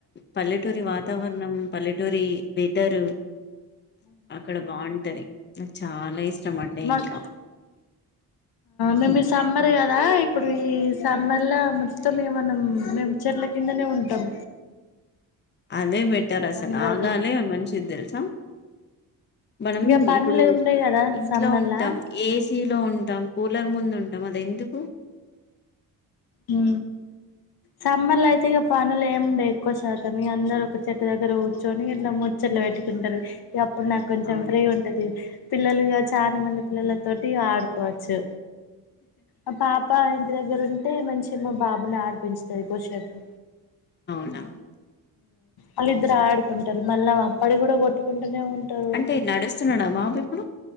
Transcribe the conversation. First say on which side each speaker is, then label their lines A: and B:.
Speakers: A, on the left; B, on the left.
A: పల్లెటూరి వాతావరణం పల్లెటూరి వెదరు అక్కడ బాగుంటది నాకు చాలా ఇష్టం అంటే
B: మాకు
A: ఇంకా
B: మేము
A: హ్మ్.
B: సమ్మర్ కదా ఇప్పుడు ఈ సమ్మర్లా మొత మనం మేము చెట్ల కిందనే ఉంటాం
A: అదే బెటర్ అసలు
B: అందరూ
A: ఆగాలే మంచిది తెలుసా మనం
B: ఇక పనులు
A: ఇప్పుడు
B: ఉండయి కదా
A: ఇంట్లో
B: సమ్మర్లా
A: ఉంటాం ఏ సిలో ఉంటాం కూలర్ ముందు ఉంటాం అది ఎందుకు
B: హ సమ్మర్ లో అయితే ఇక పనులు ఏముండవు ఎక్కువ శాతం ఈ అందరు ఒక చెట్టు దగ్గర కూర్చొని ఇట్లా ముచ్చట్లు పెట్టు కుంటారు అప్పుడు నాకు కొంచెం
A: అవును
B: ఫ్రీ ఉంటది పిల్లలు చాలా మంది పిల్లలతో ఆడుకోవచ్చు మా పాప ఇంటి దగ్గర ఉండి మంచి మా బాబుని అధిపించుతాది కోసేపు
A: అవునా
B: అల్లు
A: హ్మ్.
B: ఇద్దరు ఆడుకుంటారు మళ్ళీ అప్పడ కూడా కొట్టుకుంట టానే ఉంటారు
A: అంటే నడుస్తున్నాడా బాబు ఇప్పుడు